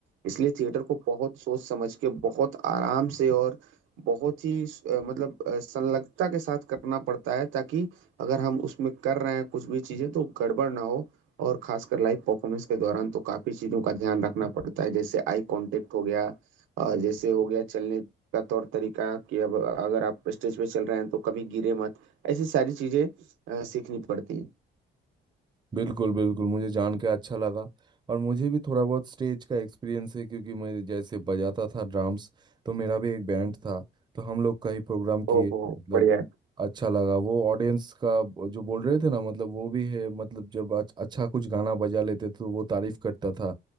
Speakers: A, on the right (about 85°); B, on the right (about 20°).
A: इसलिए थिएटर को बहुत सोच समझ के बहुत आराम से और बहुत ही अ, मतलब अ, संलग्नता के साथ करना पड़ता है ताकि अगर हम उसमें कर रहे हैं कुछ भी चीजें तो गड़बड़ ना हो और खासकर लाइव परफॉर्मेंस के दौरान तो काफी चीजों का ध्यान रखना पड़ता है जैसे आई कांटेक्ट हो गया अ, जैसे हो गया चलने का तौर तरीका कि अब अगर आप स्टेज पे चल रहे हैं तो कभी गिरे मत ऐसी सारी चीजें अ, सीखनी पड़ती हैं
B: बिल्कुल बिल्कुल मुझे जान के अच्छा लगा और मुझे भी थोड़ा बहुत स्टेज का एक्सपीरियंस है क्योंकि मैं जैसे बजाता था ड्राम्स तो मेरा भी एक बैंड था तो हम लोग कई प्रोग्राम किए
A: ओहो
B: मतलब
A: बढ़िया
B: अच्छा लगा वो ऑडियंस का ब- जो बोल रहे थे ना मतलब वो भी है मतलब जब अच- अच्छा कुछ गाना बजा लेते तो वो तारीफ करता था